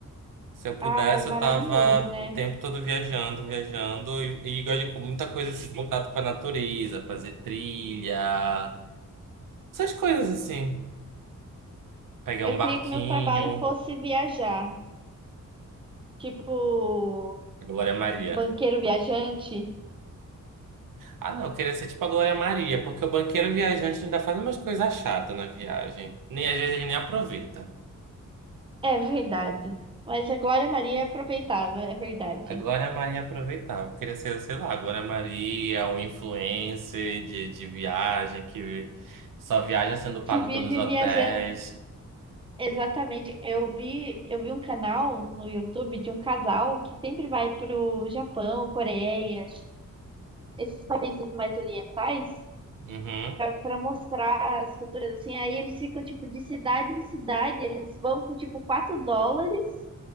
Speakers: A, on the right; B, on the right.
A: Se eu pudesse,
B: Ai, maravilhoso,
A: eu tava
B: né?
A: o tempo todo viajando, viajando e, e gosto de com muita coisa de contato com a natureza, fazer trilha, essas coisas assim. Pegar
B: Eu
A: um
B: queria
A: barquinho,
B: que meu trabalho fosse viajar, tipo
A: a Glória Maria.
B: banqueiro viajante.
A: Ah, não, eu queria ser tipo a Glória Maria, porque o banqueiro viajante ainda faz umas coisas chatas na viagem. Nem às vezes ele nem aproveita.
B: É verdade. Mas a Glória Maria aproveitava, é verdade.
A: A Glória Maria aproveitava. Eu queria ser, sei lá, a Glória Maria, um influencer de, de viagem que só viaja sendo pago
B: Que vive
A: pelos hotéis.
B: viajando. Exatamente. Eu vi, eu vi um canal no YouTube de um casal que sempre vai pro Japão, Coreia, esses países mais orientais
A: Uhum.
B: para mostrar as culturas assim. Aí eles ficam tipo de cidade em cidade, eles vão com tipo 4 dólares